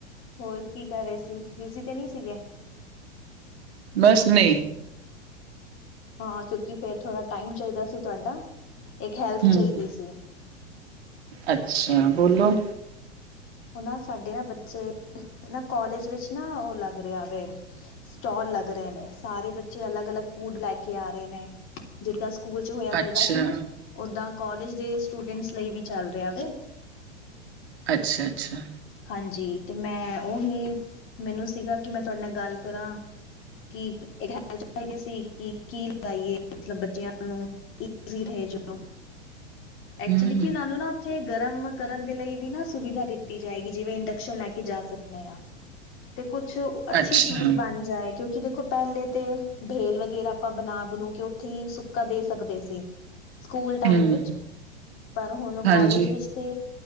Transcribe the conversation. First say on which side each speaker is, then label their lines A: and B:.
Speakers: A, on the left; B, on the right.
A: ਹੋਰ ਕੀ ਕਰ ਰਹੇ ਸੀ, ਬਿਜ਼ੀ ਤੇ ਨਹੀਂ ਸੀਗੇ।
B: ਬਸ ਨਹੀਂ
A: ਹਾਂ ਕਿਉਂਕਿ ਫਿਰ ਥੋੜ੍ਹਾ ਟਾਈਮ ਚਾਹੀਦਾ ਸੀ। ਤੁਹਾਡਾ ਇੱਕ ਹੈਲਪ
B: ਹੂੰ,
A: ਚਾਹੀਦੀ ਸੀ।
B: ਅੱਛਾ ਬੋਲੋ
A: ਉਹ ਨਾ ਸਾਡੇ ਨਾ ਬੱਚੇ, ਨਾ ਕੋਾਲਜ ਵਿੱਚ ਨਾ ਉਹ ਲੱਗ ਰਿਹਾ ਵ ਸਟੋਲ ਲੱਗ ਰਹੇ ਨੇ ਸਾਰੇ, ਬੱਚੇ ਅਲੱਗ ਅਲੱਗ ਫੂਡ ਲੈ ਕੇ ਆ ਰਹੇ ਨੇ। ਜਿੱਦਾਂ ਸਕੂਲ ਚ ਹੋਇਆ ਕਰਦਾ
B: ਅੱਛਾ,
A: ਸੀ ਨਾ ਓਦਾਂ ਕਾਲਜ ਦੇ ਸਟੂਡੈਂਟਸ ਲਈ ਵੀ ਚੱਲ ਰਿਹਾ। ਵ,
B: ਅੱਛਾ ਅੱਛਾ,
A: ਹਾਂਜੀ, ਤੇ ਮੈਂ ਉਹੀ ਮੈਨੂੰ ਸੀਗਾ, ਕਿ ਮੈਂ ਤੁਹਾਡੇ ਨਾਲ ਗੱਲ ਕਰਾਂ। ਕਿ ਇਹ ਚਾਹੀਦੀ ਸੀ, ਕਿ ਕੀ ਲਗਾਈਏ ਮਤਲਬ ਬੱਚਿਆਂ ਨੂੰ ਇਕ ਸੀਰ ਹੈ ਜੋ ਐਕਚੁਲੀ,
B: ਹੂੰ,
A: ਕਿ ਉਹਨਾਂ ਨੂੰ ਨਾ ਉੱਥੇ ਗਰਮ ਕਰਨ ਦੇ ਲਈ ਵੀ ਨਾ ਸੁਵਿਧਾ ਦਿੱਤੀ ਜਾਏਗੀ। ਜਿਵੇਂ ਇੰਡਕਸ਼ਨ ਲੈ ਕੇ ਜਾ ਸਕਦੇ ਆ। ਤੇ ਕੁਛ ਅੱਛੀ
B: ਅੱਛਾ,
A: ਚੀਜ਼ ਬਣ ਜਾਏ, ਕਿਉਂਕਿ ਕਿ ਦੇਖੋ ਪਹਿਲੇ ਤੇ ਬੇਲ ਵਗੈਰਾ ਆਪਾਂ ਬਣਾ ਬਣ ਕੇ ਉੱਥੇ ਹੀ ਸੁੱਕਾ ਦੇ ਸਕਦੇ ਸੀ। ਸਕੂਲ ਟਾਈਮ
B: ਹੂੰ।
A: ਵਿਚ- ਪਰ ਹੁਣ
B: ਹਾਂਜੀ,
A: ਕਾਲਜ ਵਿਚ ਤੇ